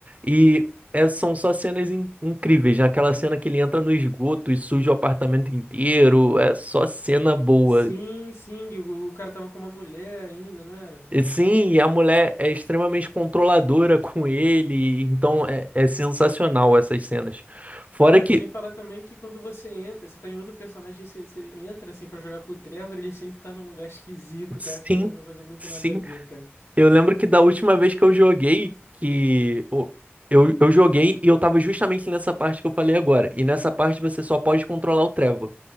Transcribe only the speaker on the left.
Sim, sim, e o, o cara tava com uma mulher ainda, não era?
Cara,
sem falar também que quando você entra, você tá em outro personagem, você, você entra assim pra jogar com o Trevor, ele sempre tá num lugar <laughs> esquisito,
cara, fazendo uma coisa muito
nada a ver, cara.